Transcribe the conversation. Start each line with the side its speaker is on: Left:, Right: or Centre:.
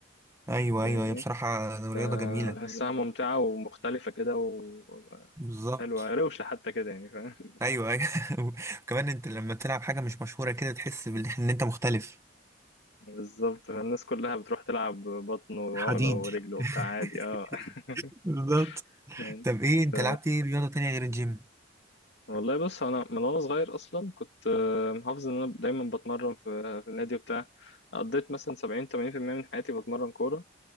Right: أيوه
Left: فاهمني
Right: أيوه هي بصراحة
Left: فبحسها
Right: رياضة جميلة
Left: ممتعة ومختلفة كده وحلوة
Right: بالظبط
Left: روشة حتى كده يعني فاهم
Right: أيوه أيوه <laughs> كمان أنت لما تلعب حاجة مش مشهورة كده تحس بال- إن أنت مختلف
Left: بالظبط فالناس كلها بتروح تلعب بطن وعقلة
Right: حديد
Left: ورجل وبتاع عادي
Right: <laughs>
Left: اه <laughs>
Right: بالظبط
Left: يعني
Right: طب إيه أنت
Left: ف
Right: لعبت إيه رياضة تانية غير الجيم؟
Left: والله بص انا من وانا صغير اصلا كنت آه، محافظ ان انا دايما بتمرن في في النادي وبتاع قضيت مثلا 70 80% من حياتي بتمرن كورة